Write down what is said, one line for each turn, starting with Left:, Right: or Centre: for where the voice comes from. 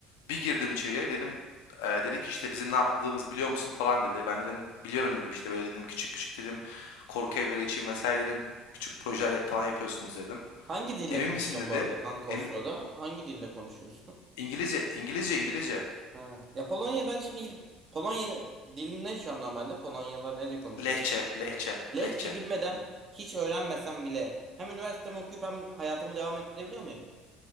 Left: Bir girdim içeriye dedim eee, dedi ki işte bizim ne yaptığımızı biliyor musun falan dedi. Ben dedim biliyorum dedim işte böyle dedim küçük küçük dedim korku evleri için vesaire dedim küçük projeler yap- falan yapıyorsunuz dedim.
Right: Hangi dille
Left: Emin
Right: konuşuyorsun
Left: misin dedi.
Right: bu arada kanka
Left: Em-
Right: o sırada? Hangi dille konuşuyorsun?
Left: İngilizce İngilizce İngilizce
Right: Ha. Ya Polonya ben şimdi gidip Polonya dilinde şu an normalde Polonyalılar nerede konuşuyor?
Left: lehçe lehçe
Right: Lehçe
Left: lehçe.
Right: bilmeden hiç öğrenmesem bile hem üniversitemi okuyup hem hayatımı devam ettirebiliyor muyum?